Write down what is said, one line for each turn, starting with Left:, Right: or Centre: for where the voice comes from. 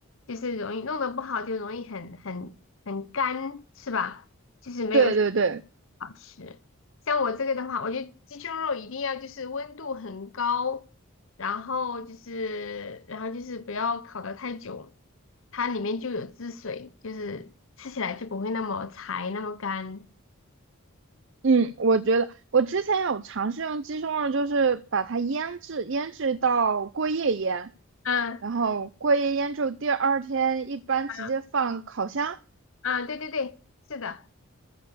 Left: 就是容易弄得不好，就容易很很很干，是吧？就是没有
Right: 对对对，
Left: 好吃。像我这个的话，我觉得鸡胸肉一定要就是温度很高，然后就是然后就是不要烤得太久，它里面就有汁水，就是吃起来就不会那么柴那么干。
Right: 嗯，我觉得我之前有尝试用鸡胸肉，就是把它腌制，腌制到过夜腌，
Left: 嗯
Right: 然后过夜腌之后第二天一般直接放烤箱。
Left: 嗯嗯，对对对，是的。